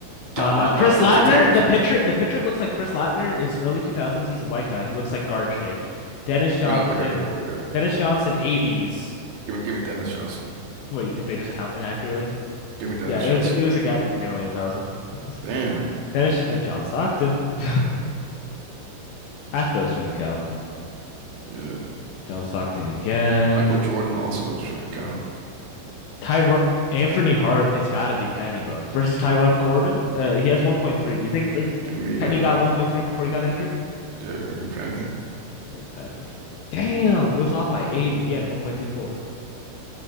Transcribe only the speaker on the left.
Uh,
Chris
Latner,
the pitcher,
the pitcher looks like Chris Latner is early 2000s. He's a white guy. He looks like guard shaped. Dennis Johnson,
Dennis Johnson, 80s.
What, you think they just count inaccurately?
Yeah, it
was it was a gap of nearly a thousand. <laughs>
Dennis uh, John Stockton. <laughs> Half those shouldn't count.
John Stockton again.
Tyrone Anthony Hart, it's got to be Penny, bro. Versus Tyrone Corbin. Uh, he has 1.3. Do you think uh,
Penny
got 1.3 before he got injured?
Danny Penny. Damn, it was off by 80. He had 1.24.